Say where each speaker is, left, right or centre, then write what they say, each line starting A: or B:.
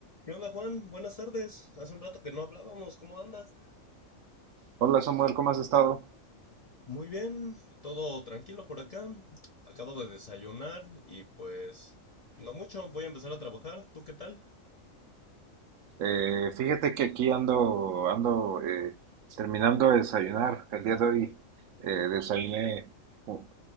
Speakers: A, on the left; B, on the right.
A: ¿Qué onda, Juan? Buenas tardes. Hace un rato que no hablábamos. ¿Cómo andas?
B: Hola Samuel, ¿cómo has estado?
A: Muy bien, todo tranquilo por acá. Acabo de desayunar y pues no mucho. Voy a empezar a trabajar. ¿Tú qué tal?
B: Eh, fíjate que aquí ando, ando eh, terminando de desayunar. El día de hoy eh, desayuné uh,